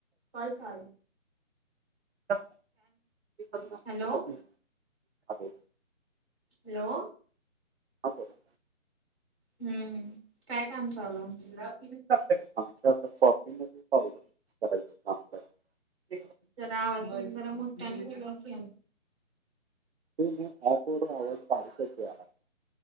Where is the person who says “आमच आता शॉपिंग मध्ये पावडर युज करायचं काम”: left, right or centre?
Right